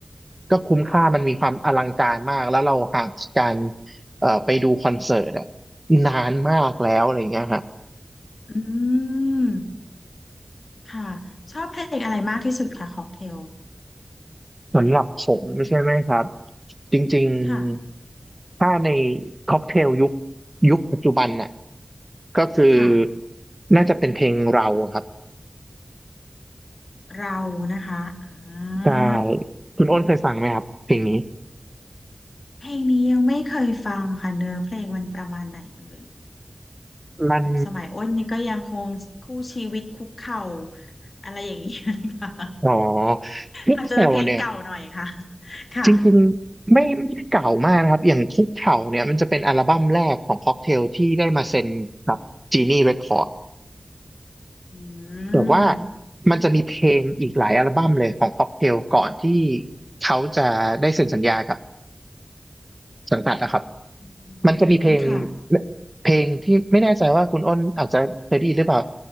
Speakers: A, on the right; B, on the left.
A: ก็คุ้มค่ามันมีความอลังการมากแล้วเราห่างจากการ
B: อืม
A: เอ่อไปดูคอนเสิร์ตอะนานมากแล้วอะไรอย่างเงี้ยฮะ
B: อืม ค่ะชอบเพลงอะไรมากที่สุดคะค็อกเทล
A: สำหรับผมใช่ไหมครับจริง
B: ค่ะ
A: ๆถ้าในค็อกเทลยุคยุคปัจจุบันน่ะก็คือ
B: ค่ะ
A: น่าจะเป็นเพลงเราครับ
B: เรานะคะอ่า
A: ใช่คุณอ้นเคยฟังไหมครับเพลงนี้
B: เพลงนี้ยังไม่เคยฟังค่ะเนื้อเพลงมันประมาณไหนเอ่ย
A: มัน
B: โอ้สมัยอ้นนี่ก็ยังคงคู่ชีวิตคุกเข่าอะไรอย่างนี้อยู่เลยค่ะ
A: อ๋อคุกเข่าเนี่ย
B: อาจจะเป็นเพลงเก่าหน่อยค่ะค่ะ
A: จริงๆไม่ไม่ได้เก่ามากนะครับอย่างคุกเข่าเนี่ยมันจะเป็นอัลบั้มแรกของค็อกเทลที่ได้มาเซ็นกับจีนี่เรคคอร์
B: อื
A: แต่ว่า
B: ม
A: มันจะมีเพลงอีกหลายอัลบั้มเลยของค็อกเทลก่อนที่เขาจะได้เซ็นสัญญากับสังกัดนะครับ
B: อื
A: มันจะมีเพลง
B: มค่ะ
A: เพลงที่ไม่แน่ใจว่าคุณอ้นอาจจะเคยได้ยินหรือเปล่า